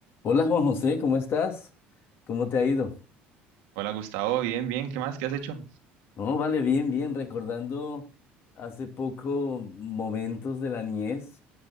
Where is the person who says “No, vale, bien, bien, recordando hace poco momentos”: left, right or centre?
Left